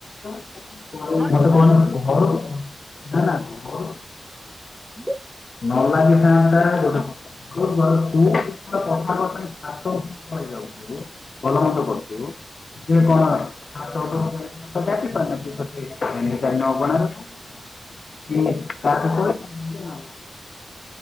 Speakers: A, on the left; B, in the centre.
A: <unintelligible> ଘରୁ
B: ହଁ
A: ନା
B: ତାର
A: ନା ଘରୁ
B: <inaudible>
A: <unintelligible> <unintelligible> ଛାତକୁ ପଳେଇ ଯାଉଚୁ। ଭଲମନ୍ଦ କରୁଚୁ <unintelligible> ଛାତ <unintelligible> <unintelligible>